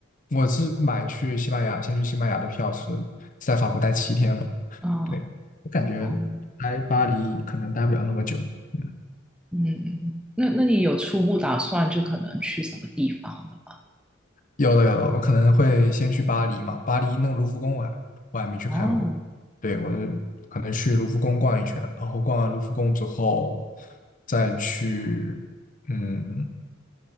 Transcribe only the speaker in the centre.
啊哦。
哦
嗯，那那你有初步打算就可能去什么地方的吗？
哦，